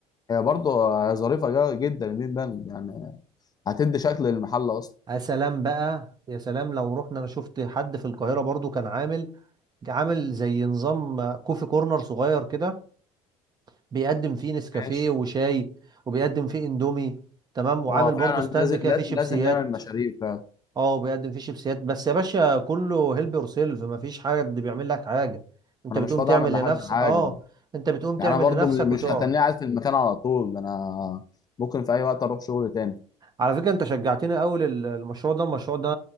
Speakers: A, on the left; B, on the right.
A: هي برضه ظريفه جا- جدا البين بان يعني هتدي شكل للمحل اصلا
B: يا سلام بقى يا سلام لو رحنا انا شفت حد في القاهرة برضو كان عامل عامل زي نظام كوفي كورنر صغير كده بيقدم فيه نسكافيه
A: ماشي
B: وشاي وبيقدم فيه اندومي تمام وعامل
A: هو فعلا
B: برضو ستاند
A: لازم
B: كده
A: لا-
B: فيه شيبسيات
A: لازم نعمل مشاريع فعلا
B: اه بيقدم فيه شيبسيات بس يا باشا كله هيلب يور سيلف مفيش حد بيعمل لك حاجه انت
A: انا
B: بتقوم
A: مش فاضي
B: تعمل
A: اعمل لحد
B: لنفسك
A: حاجه
B: اه انت بتقوم تعمل
A: يعني انا برضو
B: لنفسك
A: م-
B: وتقعد
A: مش هتنيه قاعد في المكان على طول انا ممكن في اي وقت اروح شغل تاني
B: على فكره انت شجعتني قوي المشروع ده المشروع ده